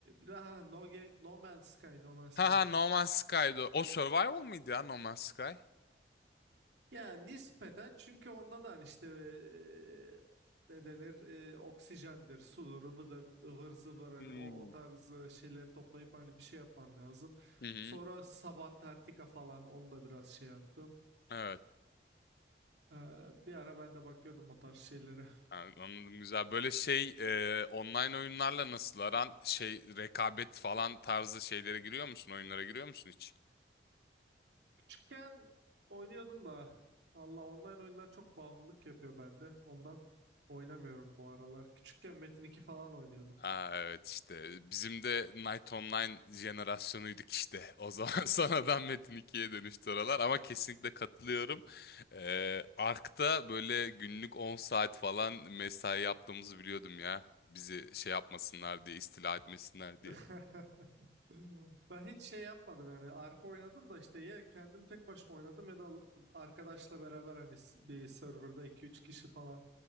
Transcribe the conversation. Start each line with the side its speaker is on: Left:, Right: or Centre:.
Right: daha no, Ge- no Man's Sky, No Man's Sky.
Left: Ha ha No Man's Sky'dı. O Survival mıydı ya No Man's Sky?
Right: Ya nispeten çünkü onda da hani işte eee, ne denir eee, oksijendir, sudur, ıvıdır, ıvır zıvır hani
Left: Hmm.
Right: o, o tarz e, şeyleri toplayıp hani bir şey yapman lazım.
Left: Hı hı.
Right: Sonra Sabantarctica falan onu da biraz şey yaptım.
Left: Evet.
Right: Ee, bir ara ben de bakıyordum o tarz şeylere.
Left: Yani anladım güzel. Böyle şey e, online oyunlarla nasıl aran şey rekabet falan tarzı şeylere giriyor musun? Oyunlara giriyor musun hiç?
Right: Küçükken oynuyordum da Allah online oyunlar çok bağımlılık yapıyor bende. Ondan oynamıyorum bu aralar. Küçükken Metin iki falan oynuyordum.
Left: Aa, evet işte bizim de Night Online jenerasyonuydik işte o zaman <laughs> sonradan Metin 2'ye dönüştü oralar ama kesinlikle katılıyorum. Ee, Ark'ta böyle günlük 10 saat falan mesai yaptığımızı biliyordum ya bizi şey yapmasınlar diye istila etmesinler diye.
Right: <laughs> Ben hiç şey yapmadım yani arka oynadım da işte ya kendim tek başıma oynadım ya da arkadaşla beraber hani s- bir serverda iki üç kişi falan